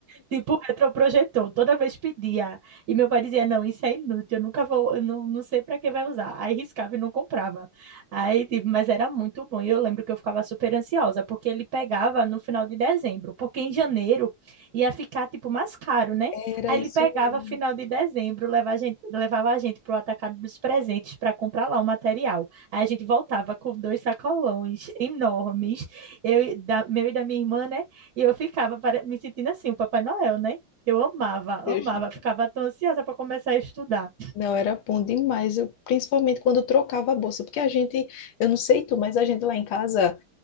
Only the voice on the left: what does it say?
Era
isso
mesmo.
Deus, não,
não, era bom demais. Eu, principalmente quando eu trocava a bolsa, porque a gente, eu não sei tu, mas a gente lá em casa.